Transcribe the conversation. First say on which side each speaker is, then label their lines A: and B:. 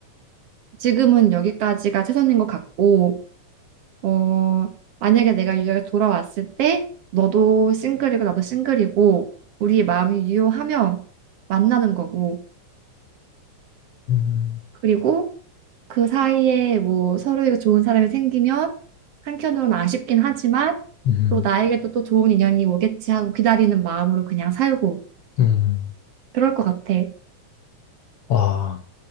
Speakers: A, on the right (about 55°); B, on the left (about 65°).
A: 지금은 여기까지가 최선인 것 같고 어 만약에 내가 유역에 돌아왔을 때 너도 싱글이고 나도 싱글이고 우리 마음이 유효하면 만나는 거고
B: 음,
A: 그리고 그 사이에 뭐 서로에게 좋은 사람이 생기면 한켠으로는 아쉽긴 하지만
B: 음,
A: 또 나에게 또, 또 좋은 인연이 오겠지 하고 기다리는 마음으로 그냥 살고
B: 음.
A: 그럴 것 같아.
B: 와,